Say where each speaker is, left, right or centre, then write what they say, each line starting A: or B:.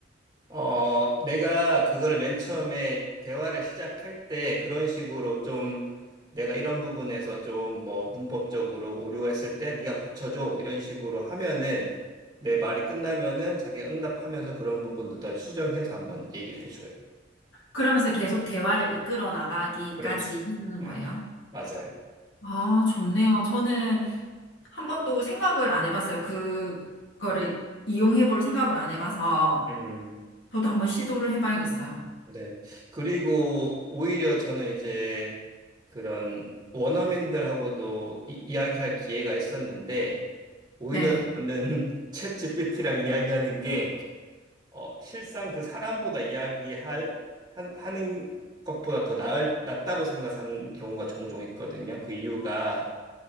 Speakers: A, on the right; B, on the left.
A: 어, 내가 그걸 맨 처음에 대화를 시작할 때 그런 식으로 좀 내가 이런 부분에서 좀 뭐 문법적으로 오류가 있을 때 네가 고쳐줘 이런 식으로 하면은 내 말이 끝나면은 자기가 응답하면서 그런 부분도 다 수정해서 한번 얘기를 해줘요.
B: 그러면서 계속 대화를 이끌어 나가기까지
A: 그렇죠.
B: 해주는 거예요?
A: 네, 맞아요.
B: 아, 좋네요. 저는 한 번도 생각을 안 해봤어요. 그거를 이용해 볼 생각을 안 해봐서
A: 음.
B: 저도 한번 시도를 해봐야겠어요.
A: 네. 그리고 오히려 저는 이제 그런 원어민들하고도 이, 이야기할 기회가 있었는데 오히려
B: 네,
A: 저는 <laughs> 챗GPT랑 이야기하는 게 어, 실상 그 사람보다 이야기할 한, 하는 것보다 더 나을, 낫다고 생각하는 경우가 종종 있거든요. 그 이유가